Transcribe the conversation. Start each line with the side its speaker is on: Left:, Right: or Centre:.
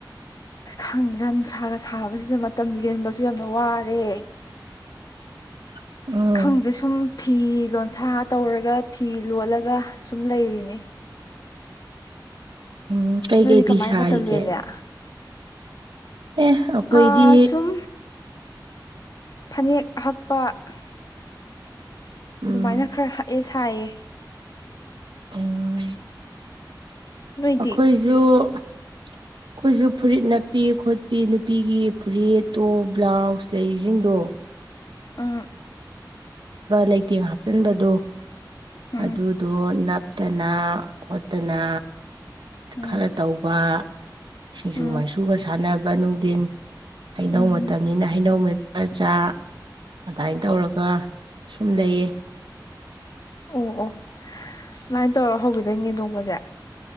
Left: ꯈꯥꯡꯗ ꯅꯨꯡꯁꯥꯒ ꯁꯥꯕꯁꯤꯗ ꯃꯇꯝ ꯂꯦꯟꯕꯁꯨ ꯌꯥꯝꯅ ꯋꯥꯔꯦ
Right: <inaudible> ꯎꯝ
Left: ꯈꯪꯗ ꯁꯨꯝ ꯐꯤ ꯂꯣꯟꯁꯥ ꯇꯧꯔꯒ ꯐꯤ ꯂꯣꯜꯂꯒ ꯁꯨꯝ ꯂꯩꯔꯤꯅꯤ
Right: ꯎꯝ ꯀꯩꯀꯩ
Left: ꯅꯣꯏꯗꯤ
Right: ꯐꯤ
Left: ꯀꯃꯥꯏꯅ
Right: ꯁꯥꯔꯤꯒꯦ
Left: ꯃꯇꯝ ꯂꯦꯜꯂꯦ
Right: ꯑꯦ ꯑꯩꯈꯣꯏꯗꯤ
Left: ꯑꯥ ꯁꯨꯝ ꯐꯅꯦꯛ ꯑꯍꯛꯄ ꯑꯗꯨꯃꯥꯏꯅ
Right: ꯎꯝ
Left: ꯈꯔ ꯍꯛꯑꯦ ꯁꯥꯏꯌ‌ꯦ
Right: ꯎꯝ
Left: ꯅꯣꯏꯗꯤ
Right: ꯑꯩꯈꯣꯏꯁꯨ ꯑꯩꯈꯣꯏꯁꯨ ꯐꯨꯔꯤꯠ ꯅꯞꯄꯤ ꯈꯣꯠꯄꯤ ꯅꯨꯄꯤꯒꯤ ꯐꯨꯔꯤꯠ ꯇꯣꯞ ꯕ꯭ꯂꯥꯎꯁ ꯂꯩꯁꯤꯡꯗꯣ
Left: ꯎꯝ
Right: ꯂꯩꯇꯦꯡ ꯍꯥꯞꯆꯤꯟꯕꯗꯣ
Left: ꯎꯝ
Right: ꯑꯗꯨꯗꯣ ꯅꯞꯇꯅ ꯈꯣꯠꯇꯅ
Left: ꯎꯝ
Right: ꯈꯔ ꯇꯧꯕ ꯁꯤꯡꯖꯨ
Left: ꯎꯝ
Right: ꯃꯥꯏꯁꯨꯒ ꯁꯥꯟꯅꯕ ꯅꯨꯡꯊꯤꯟ ꯍꯩꯅꯧ
Left: ꯎꯝ
Right: ꯃꯇꯝꯅꯤꯅ ꯍꯩꯅꯧ ꯔ ꯆꯥꯛ ꯑꯗꯨꯃꯥꯏꯅ ꯇꯧꯔꯒ ꯁꯨꯝ ꯂꯩꯌꯦ
Left: ꯑꯣ ꯑꯣ ꯁꯨꯃꯥꯏꯅ ꯇꯧꯔ ꯍꯧꯈꯤꯗꯣꯏꯅꯦꯗꯣꯡꯕꯁꯦ